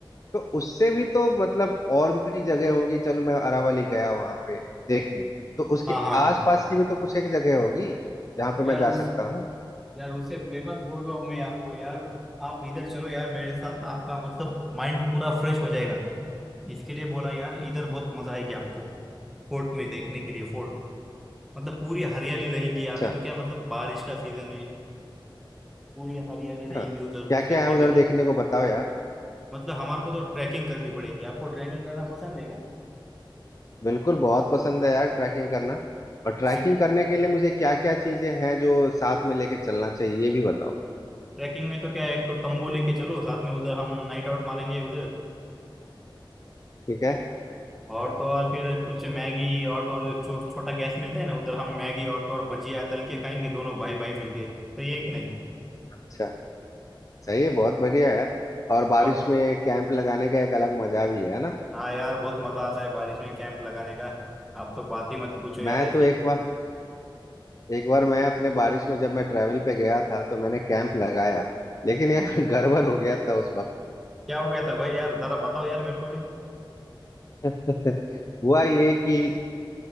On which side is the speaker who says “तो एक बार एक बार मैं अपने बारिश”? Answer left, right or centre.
Left